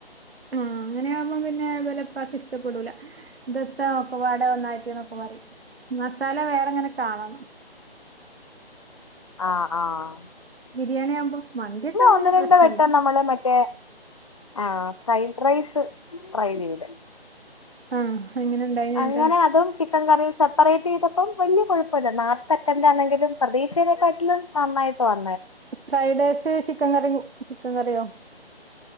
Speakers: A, on the right; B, on the left.
A: ആ അങ്ങനെയവുമ്പോ പിന്നെ വെല്ല ഇഷ്ടപ്പെടൂല ദത്ത നൊക്കെ വാട ഒന്നായിട്ടി എന്നൊക്കെ പറയും മസാല വേറെങ്ങനെ കാണണം
B: ആഹ് ആഹ്
A: ബിരിയാണി ആവുമ്പോ മന്തിയൊക്കെ ആവുമ്പോ
B: ഒന്ന്
A: പിന്നെ
B: രണ്ട്
A: പ്രശ്നല്ല
B: വട്ടം നമ്മള് മറ്റേ ആഹ് ഫ്രൈഡ് റൈസ് ട്രൈ ചെയ്തുടെ
A: ആ എങ്ങനെ ഉണ്ടായിനേട്ട്
B: അങ്ങനെ അതും ചിക്കൻ കറിയും സെപ്പറേറ്റ് ചെയ്തപ്പം വലിയ കുഴപ്പമില്ല നാല് സെക്കൻന്റെ ആണെങ്കിലും പ്രതീക്ഷയനെക്കാട്ടിലും നന്നായിട്ട് പറഞ്ഞു
A: fried rice chicken curry chicken കറിയോ